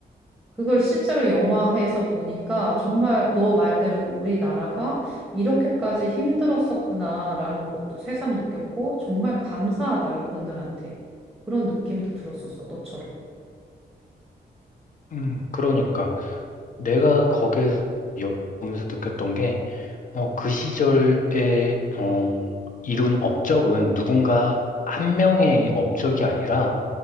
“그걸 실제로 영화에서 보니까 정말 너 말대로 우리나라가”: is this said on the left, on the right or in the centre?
Centre